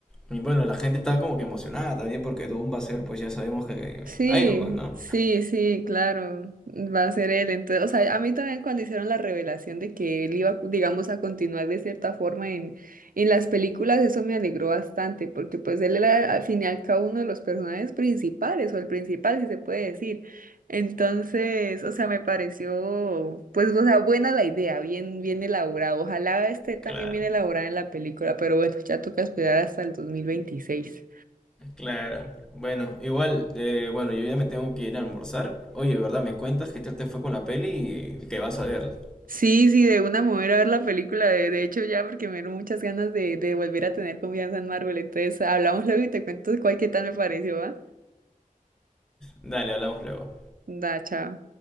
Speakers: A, in the centre; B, on the right.
A: Y bueno, la gente está como que emocionada también porque Doom va a ser, pues ya sabemos que
B: Sí,
A: Iron Man, ¿no?
B: sí, sí, claro, va a ser él. Entonces, o sea, a mí también cuando hicieron la revelación de que él iba, digamos, a continuar de cierta forma en, en las películas, eso me alegró bastante, porque pues él era al fin y al cabo uno de los personajes principales, o el principal, si se puede decir. Entonces, o sea, me pareció, pues, o sea, buena la idea, bien, bien elaborada. Ojalá esté también
A: Claro.
B: bien elaborada en la película, pero bueno, ya toca esperar hasta el 2026.
A: Claro. Bueno, igual, eh, bueno, yo ya me tengo que ir a almorzar. Oye, ¿verdad? Me cuentas qué tal te fue con la peli y que vas a ver.
B: Sí, sí, de una mover a ver la película, de, de hecho ya, porque me dieron muchas ganas de, de volver a tener confianza en Marvel. Entonces, hablamos luego y te cuento cuál qué tal me pareció, ¿va?
A: Dale, hablamos luego.
B: Da, chao.